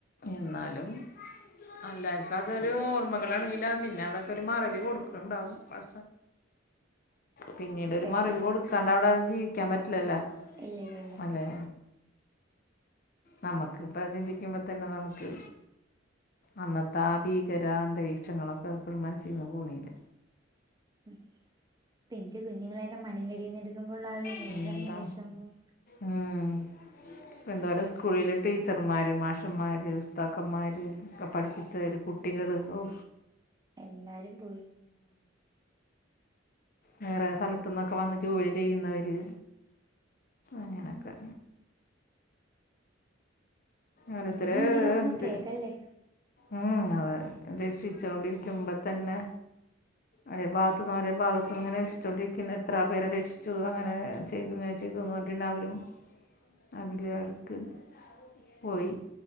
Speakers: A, on the left; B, on the right.
A: എന്നാലും അല്ല എർക്ക് അതൊരു ഓർമ്മകളാണെങ്കില പിന്നെ അതൊക്കെ ഒരു മറവി കൊടുക്കണ്ടാവും പ
B: <inaudible>
A: പിന്നീട ഒരു
B: പെട്ടെന്ന്
A: മറിവ കൊടുക്കാണ്ട് അവിടെ ജീവിക്കാൻ പറ്റില്ലല്ലോ
B: ഇല്ല ഇല്ല ഇല്ല
A: അലേ. നമ്മക്ക്പ്പൊ ചിന്തിക്കുമ്പത്തെന്നെ നമുക്ക്. അന്നത്താ ആഹ് ഭീകരാന്തരീക്ഷങ്ങളൊക്കെ ഇപ്പഴും മനസ്സീന്ന് പോവുന്നില്ല.
B: ഉം പിഞ്ച് കുഞ്ഞുങ്ങളെയൊക്കെ മണ്ണിന്റടിന്നെടുക്കുമ്പൊള്ളാ ഒരു വേദനയും
A: പിന്നെന്താ?
B: വിഷമവും
A: ഉം. എന്തോരം സ്കൂളിലെ ടീച്ചർമാര് മാഷ്മാര് ഉസ്താക്കമ്മാര്. പഠിപ്പിച്ച ഒര് കുട്ടികള് ഔ
B: എല്ലാരും പോയി.
A: വേറെ സലത്ത്ന്നൊക്കെ വന്ന് ജോലി ചെയ്യുന്നവര് അങ്ങനൊക്കെ. ഓരോത്തര്
B: ഇനി ഇങ്ങനെ ഒരെണ്ണം
A: <unintelligible>
B: കേക്കല്ലേ
A: ഉം അതെ രക്ഷിച്ചോണ്ടിരിക്കുമ്പൊത്തന്നെ. ഒരേ ഭാഗത്ത്ന്ന് ഒരേ ഭാഗത്ത്ന്ന്ങ്ങനെ രക്ഷിച്ചോണ്ടിരിക്ക്ന്ന് എത്ര പേരെ രക്ഷിച്ചു അങ്ങനെ ചെയ്തു ഇങ്ങനെ <unintelligible> അതില് ആൾക്ക് പോയി